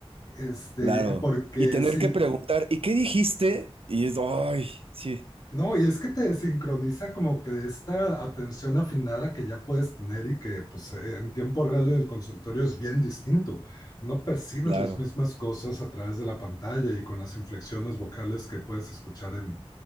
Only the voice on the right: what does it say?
Claro.
Y tener
que preguntar, ¿y qué dijiste? Y es, ay, sí,
claro,